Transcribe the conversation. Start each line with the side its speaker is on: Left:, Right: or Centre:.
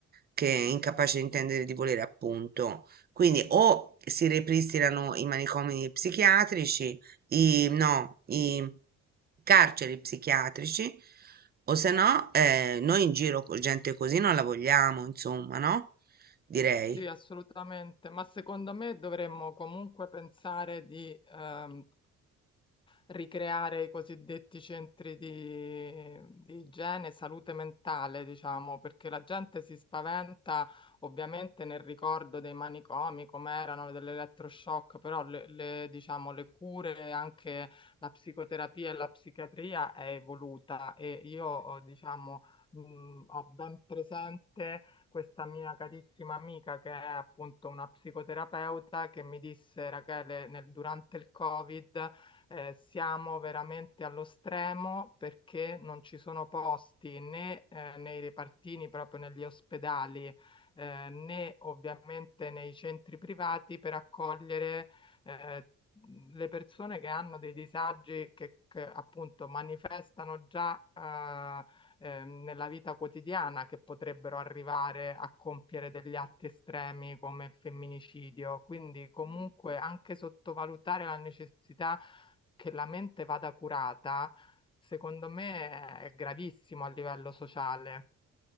Right: Che è incapace di intendere e di volere, appunto. Quindi o si ripristinano i manicomi psichiatrici, i, no, i carceri psichiatrici, o se no, eh, noi in giro con gente così non la vogliamo, insomma, no? Direi.
Left: Sì, assolutamente, ma secondo me dovremmo comunque pensare di ehm, ricreare i cosiddetti centri di, di igiene e salute mentale, diciamo, perché la gente si spaventa ovviamente nel ricordo dei manicomi, come erano dell'elettroshock, però le, le, diciamo, le cure, anche la psicoterapia e la psichiatria è evoluta e io, diciamo, mh, ho ben presente questa mia carissima amica che è appunto una psicoterapeuta che mi disse, Rachele, nel- durante il Covid eh, siamo veramente allo stremo perché non ci sono posti né eh, nei repartini, proprio negli ospedali, eh, né ovviamente nei centri privati per accogliere eh, le persone che hanno dei disagi che, che appunto manifestano già eh, ehm, nella vita quotidiana che potrebbero arrivare a compiere degli atti estremi come il femminicidio. Quindi comunque anche sottovalutare la necessità che la mente vada curata, secondo me è gravissimo a livello sociale.